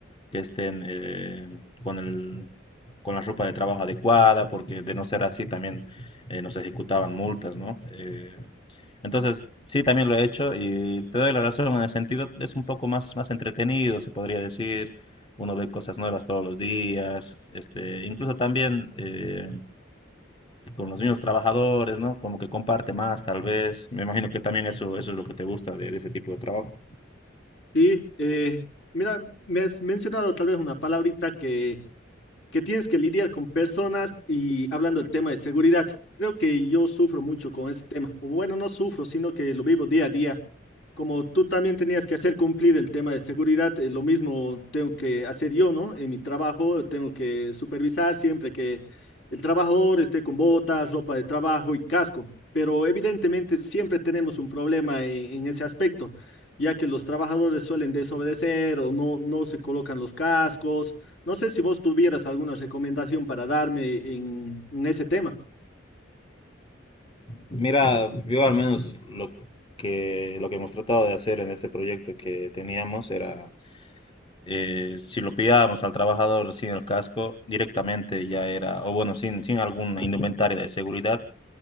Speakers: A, on the left; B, on the left.
A: que estén eh, con el, con la ropa de trabajo adecuada, porque de no ser así también eh, nos ejecutaban multas, ¿no? Eh, entonces, sí, también lo he hecho y te doy la razón en el sentido, es un poco más, más entretenido, se podría decir, uno ve cosas nuevas todos los días, este, incluso también... eh, con los mismos trabajadores, ¿no? Como que comparte más, tal vez. Me imagino que también eso, eso es lo que te gusta de, de ese tipo de trabajo.
B: Sí, eh, mira, me has mencionado tal vez una palabrita que que tienes que lidiar con personas y hablando del tema de seguridad. Creo que yo sufro mucho con ese tema. O bueno, no sufro, sino que lo vivo día a día. Como tú también tenías que hacer cumplir el tema de seguridad, eh, lo mismo tengo que hacer yo, ¿no? En mi trabajo tengo que supervisar siempre que el trabajador esté con botas, ropa de trabajo y casco. Pero evidentemente siempre tenemos un problema en en ese aspecto, ya que los trabajadores suelen desobedecer o no, no se colocan los cascos no sé si vos tuvieras alguna recomendación para darme en, en ese tema.
A: Mira, yo al menos lo que, lo que hemos tratado de hacer en este proyecto que teníamos era, eh, si lo pillábamos al trabajador sin el casco, directamente ya era, o bueno, sin, sin algún indumentaria de seguridad,